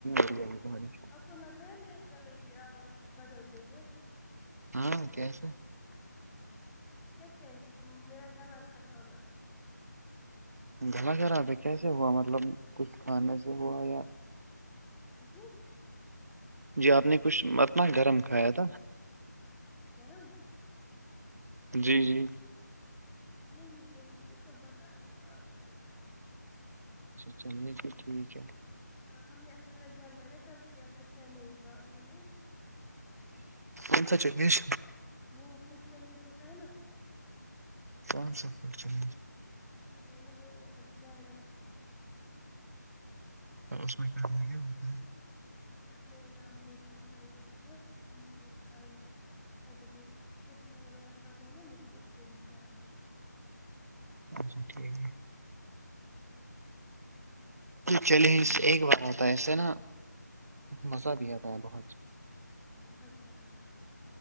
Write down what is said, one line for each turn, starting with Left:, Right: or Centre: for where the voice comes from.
Right: جائے گ تو
Centre: آپ کو لگ رہا ہے میرے گلے کی آواز بدل گئی ہے
Right: ہاں کیسے
Centre: کیسے میرا غلا خرابر
Right: گلا خراباب ہے کیسے ہوا مطلب کچھ کھانے سے ہوا یا
Centre: جی
Right: جی آپ نے کچھ اتنا گرم کھایا تھا
Centre: گرم
Right: جی جی
Centre: نہیں نہیں ج تو بتا نہیں پاؤں گی میں ابھی
Right: اچھا چلیے جی ٹھیک ہے
Centre: ہاں ہم نے اصل میں گھر میں نا کل کیا تھا چنیج بھائیوں نے
Right: ام سات چ نش
Centre: وہ فڈ چنی جو ہوتا ہے نا
Right: کون سو فٹ چل
Centre: ا بول جو ابھیبائےلہ ہے
Right: تو اس میں کانا کیا ہوتا ہے
Centre: اس میں ہم نے بہت ساری مطلب نا یہ کھائی تب مجھے چٹنی وغیرہ کھاتے ہیں نا مجھے اس سے بھی زیادہ ہوا
Right: جی ٹھیک ہے
Centre: جی جی
Right: چیلنج ایک بار ہوتا ہے ایسے نا مزہ بھی آتا ہے بہت
Centre: بہت زیادہ